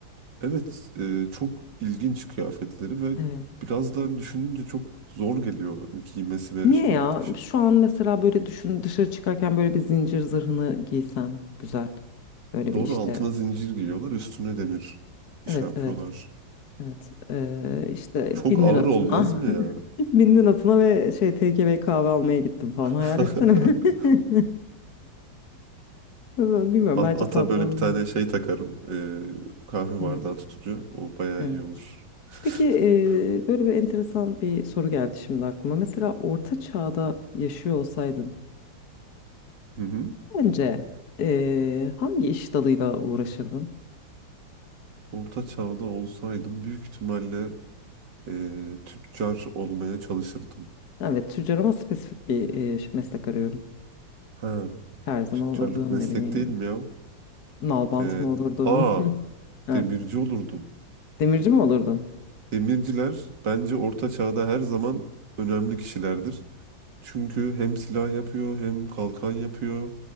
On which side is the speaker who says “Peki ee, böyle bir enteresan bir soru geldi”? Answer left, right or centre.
Left